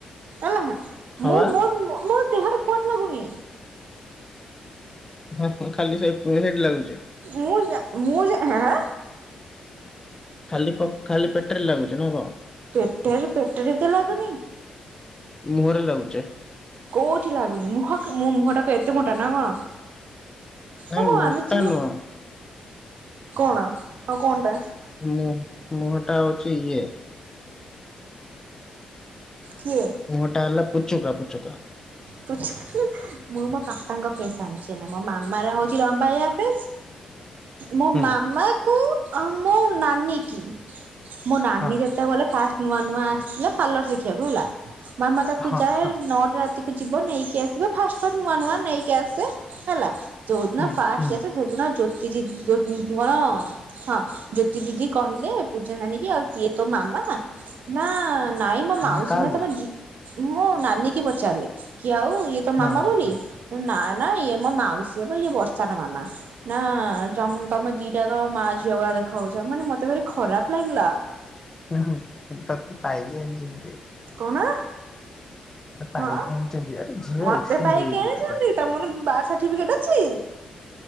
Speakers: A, on the right; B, on the left.
A: ହେଲା ମୁଁ
B: ହଁ ବା
A: ମୋ ମୋର ଦେହରେ କଟ ଲାଗୁନି
B: ହଁ ହଁ ଖାଲି ସେ ହେଇଠ ଲାଗୁଚ
A: ମୁଁ ମୁଁଁ
B: ଖାଲି ଖାଲି ପେଟରେ ଲାଗୁଛି ନା କଣ
A: ପେଟରେ ପେଟରେ ତ ଲାଗୁନି।
B: ମୁହଁରେ ଲାଗୁଛେ।
A: କୋଉଠି ଲାଗୁନି ମୁହଁକୁ ମୋ ମୁହଁଟା ଏତେ ମୋଟା ନା କଣ। ହେ
B: ନାଇଁ
A: ମୁଁ
B: ମୋଟା
A: ମାନୁଚି ମ।
B: ନୁହଁ।
A: କଣ ଆଉ କଣ ଟା?
B: ମୁଁ ମୁହଁ ଟା ହଉଛି ଇଏ
A: କିଏ?
B: ମୁଁ ହିଁଟା ହେଲା ପୁଚୁକା ପୁଚିକା।
A: ପଚାରିଲେ ମୁଁ ମୋ ପାପାଙ୍କ ସେ ସିଲ ମୋ ମାମାର ହଉଛି ଲମ୍ବାଳିଆ ଫେସ୍ ମୋ
B: ହୁଁ
A: ମାମା କୁ ଅ ମୋ ନାନୀ କି ମୋ ନାନୀ
B: ହଁ
A: ଯେତେବେଲେ ଫାଷ୍ଟ ନୂଆ ନୂଆ ଥିଲା ପାର୍ଲର ଶିଖିବାକୁ ହେଲା ମାମା ତାକୁ
B: ହଁ
A: ଯାଏ
B: ହଁ
A: ନଅଟା ରାତି ଯିବ ନେଇକି ଆସିବ ଫାଷ୍ଟ ଫାଷ୍ଟ ନୂଆ ନୂଆ ନେଇକି କିଆସେ ହେଲା ଯୋଉଦିନ
B: ହୁଁ
A: ଫାଷ୍ଟ
B: ହୁଁ
A: ଯାଇଥିଲେ ସେଦିନ ଜ୍ୟୋତିଜ୍ କଣ। ହଁ ଜ୍ୟୋତି ଦିଦି କହିଲେ ପୂଜା ନାନୀ କି ଆଉ କିଏ ତୋ ମାମା। ନା ନାଇଁ। ମୋ ମାଉସୀ
B: ମାନେ କାହାକୁ
A: ନା ତମ ମୋ ନାନୀ କି ପଚାରିଲେ କି ଆଉ ଇଏ ତ
B: ହଁ
A: ମାମା
B: ହଁ
A: ବୋଲି।
B: ହଁ
A: ନା ନା ଇଏ ମୋ ମାଉସୀହେବ ଇଏ ବର୍ଷାର ମାମା ନା ତମ ତମ ଦିଜ ତ ମା ଝିଅ ଭଳିଆ ଦେଖା ହଉଛ ମାନେ ମତେ ଭାରି ଖରାପ ଲାଗିଲା।
B: ଏହୁଁ ତତେ ପାଇଲେ ଯେମିତି।
A: କଣ
B: ପାଇକି
A: ହଁ
B: ଆଣିଛନ୍ତି ଆରେ ଝିଅ
A: ମତେ
B: ଏକ୍ସଚେଞ୍ଜ
A: ପାଇ
B: ହେଇଯିବ
A: କିି ଆଣିଛନ୍ତି?
B: ଏଟା।
A: ତମର ବାଥ୍ ସାର୍ଟିଫିକେଟ ଅଛି?